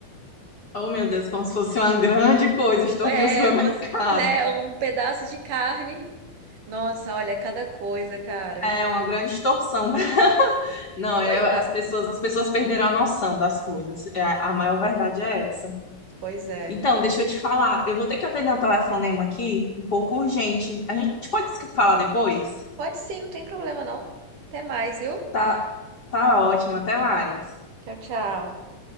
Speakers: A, on the left; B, on the right.
A: Oh, meu Deus, como se fosse uma grande coisa, estou
B: É,
A: aqui no supermercado.
B: como se, né, um pedaço de carne. Nossa, olha, cada coisa, cara.
A: É uma grande extorsão. <laughs> Não,
B: Pois
A: eu- as
B: é,
A: pessoas, as pessoas perderam a noção das coisas. É, a maior verdade é essa.
B: pois é.
A: Então, deixa eu te falar, eu vou ter que atender um telefonema aqui, um pouco urgente. A gente pode se falar depois?
B: Pode sim, não tem problema não. Até mais, viu?
A: Tá, tá ótimo, até mais.
B: Tchau, tchau.